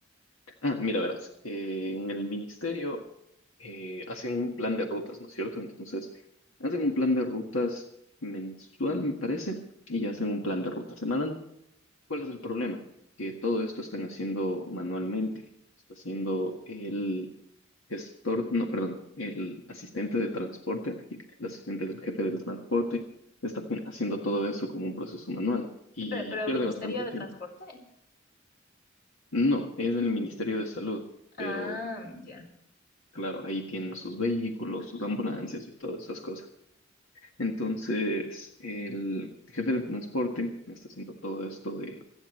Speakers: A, on the left (about 85°); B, on the left (about 50°).
A: Ah, mira, verás, eh, en el ministerio eh, hacen un plan de rutas, ¿no es cierto? Entonces, hacen un plan de rutas mensual, me parece, y hacen un plan de ruta semanal. ¿Cuál es el problema? Que todo esto están haciendo manualmente. Está haciendo el gestor, no, perdón, el asistente de transporte, el asistente del jefe del transporte, está pu- haciendo todo eso como un proceso manual y
B: Espera, pero
A: pierde
B: el ministerio
A: bastante
B: de
A: tiempo.
B: transporte.
A: No, es el Ministerio de Salud,
B: Ah,
A: pero
B: ya.
A: claro, ahí tienen sus vehículos, sus ambulancias y todas esas cosas. Entonces, el jefe de transporte está haciendo todo esto de